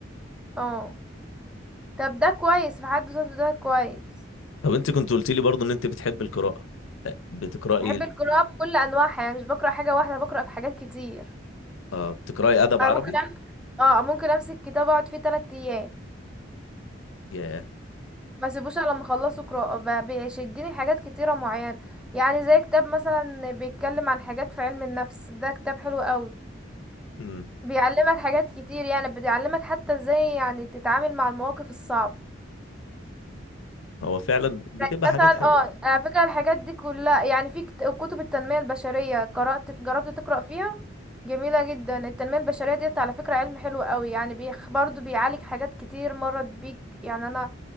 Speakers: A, in the centre; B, on the left.
A: اه طب ده كويس في حد ذاته ده كويس
B: طب انت كنت قلت لي برضو ان انت بتحب القراءة أه، بتقرأي
A: بحب القراءة بكل انواعها يعني مش بقرا حاجة واحدة بقرا حاجات كتير
B: اه بتقرأي ادب
A: انا
B: عربي
A: ممكن امسك اه ممكن امسك كتاب اقعد فيه تلات ايام
B: ياه
A: ما اسيبوش الا لما اخلصه قراءة ب- بيشدني حاجات كتيرة معينة يعني زي كتاب مثلا بيتكلم عن حاجات في علم النفس ده كتاب حلو قوي
B: امم
A: بيعلمك حاجات كتير يعني بيعلمك حتى ازاي يعني تتعامل مع المواقف الصعبة
B: هو فعلا بتبقى
A: يعني مثلا
B: حاجات حلوة
A: اه على فكرة الحاجات دي كلها يعني في كت- كتب التنمية البشرية قرأت جربت تقرأ فيها جميلة جدا التنمية البشرية ديت على فكرة علم حلو قوي يعني بيخ برضو بيعالج حاجات كتير مرت بيك يعني انا